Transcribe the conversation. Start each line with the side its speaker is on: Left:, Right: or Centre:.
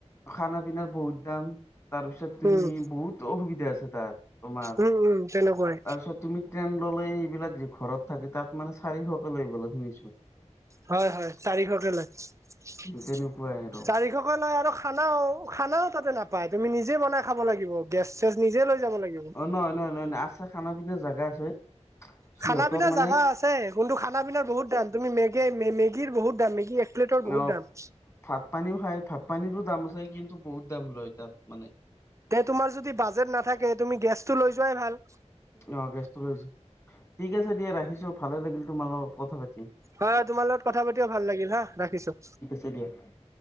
Left: খানা পিনাৰ বহুত দাম তাৰপিছত তুমি
Right: উম
Left: বহুত অসুবিধা আছে তাত তোমাৰ।
Right: উম উম তেনেকুৱাই।
Left: তাৰপিছত তুমি ট্ৰেইন ললে এইবিলাক ঘৰত থাকে তাত মানে চাৰিশ কে লয় বুলি শুনিছো।
Right: হয় হয় চাৰিশকে লয়,
Left: তেনেকুৱাই
Right: <inaudible>
Left: আৰু
Right: চাৰিশকে লয় আৰু খানাও খানাও তাতে নাপায় তুমি নিজে বনাই খাব লাগিব, গেছ চেছ নিজে লৈ যাব লাগিব।
Left: অ নহয় নহয় নহয় নয় আছে খানা পিনা জেগা আছে। সিহঁতৰ
Right: খানা পিনা
Left: মানে
Right: জোগা আছে কোনটো খানা পিনাৰ বহুত দাম তুমি মেগে মেগীৰ বহুত দাম মেগী প্লেটৰ বহুত
Left: অ
Right: দাম।
Left: ভাত পানীও খাই ভাত পানীৰো দাম আছে, কিন্তু বহুত দাম লয় তাত মানে।
Right: তে তোমাৰ যদি বাজেট নাথাকে তুমি গেছটো লৈ যোৱাই ভাল।
Left: অ গেছটো লৈছো, ঠিক আছে দিয়া ৰাখিছো ভালে লাগিল তোমাৰ লগত কথা পাতি।
Right: হা তোমাৰ লগত কথা পাতিও ভাল লাগিল হা, ৰাখিছো।
Left: <unintelligible>